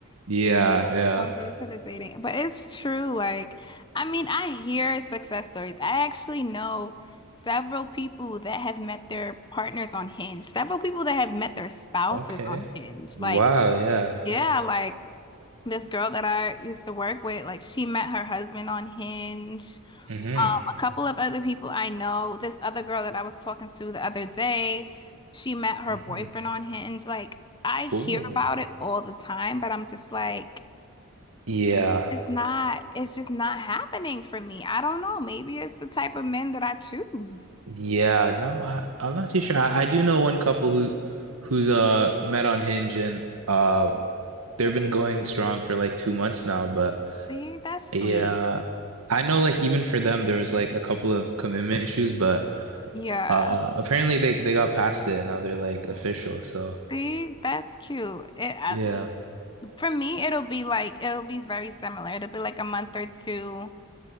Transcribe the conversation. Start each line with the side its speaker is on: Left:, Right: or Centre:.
Right: Yeah,
Left: <laughs>
Right: yeah.
Left: Don't go to the dating. But it's true. Like, I mean, I hear success stories. I actually know several people that have met their partners on Hinge, several people that have met their spouses
Right: Okay.
Left: on Hinge.
Right: Wow,
Left: Like,
Right: yeah.
Left: yeah, like this girl that I used to work with, like, she met her husband on Hinge.
Right: Mm-hmm.
Left: Um, a couple of other people I know, this other girl that I was talking to the other day, she met her
Right: hmm
Left: boyfriend on Hinge. Like, I hear
Right: Cool.
Left: about it all the time, but I'm just like,
Right: Yeah.
Left: it's not, it's just not happening for me. I don't know. Maybe it's the type of men that I choose.
Right: Yeah. No, I, I'm not too sure. I, I do know one couple who who's uh met on Hinge and um they've been going strong for like two months now, but
Left: See, that's
Right: yeah.
Left: sweet.
Right: I know like even for them there was like a couple of commitment issues, but
Left: Yeah.
Right: uh apparently they they got past it and now they're like official. So
Left: See, that's cute. It, I,
Right: yeah.
Left: for me, it'll be like, it'll be very similar. It'll be like a month or two.